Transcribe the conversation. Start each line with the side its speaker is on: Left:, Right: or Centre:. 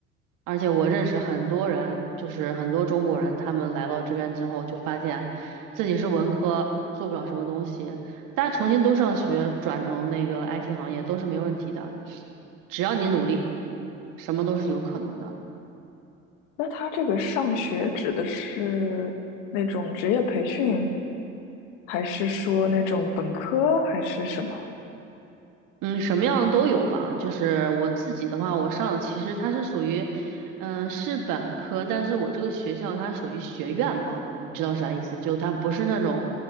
Right: 而且我认识很多人，就是很多中国人，他们来到这边之后，就发现自己是文科，做不了什么东西。大家重新都上学，转成那个 IT 行业都是没问题的，只要你努力，什么都是有可能的。
Left: 那他这个上学指的是那种职业培训，还是说那种本科，还是什么
Right: 嗯，什么样的都有吧。就是我自己的话，我上的其实它是属于，嗯、是本科，但是我这个学校它属于学院吧，你知道啥意思？就它不是那种，